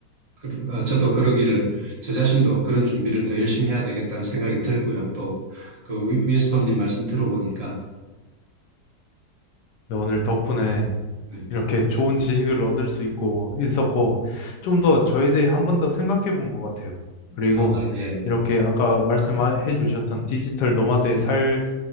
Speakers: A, on the right; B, on the left.
A: 그, 어, 저도 그러기를 저 자신도 그런 준비를 더 열심히 해야 되겠다는 생각이 들고요. 또 그 윈스톤님 말씀 들어보니까
B: 네, 오늘 덕분에
A: 예.
B: 이렇게 좋은 지식을 얻을 수 있고, 있었고, 좀 더 저에 대해 한 번 더 생각해 본 것 같아요. 그리고
A: 아 예.
B: 이렇게 아까 말씀해 주셨던 디지털 노마드의 삶을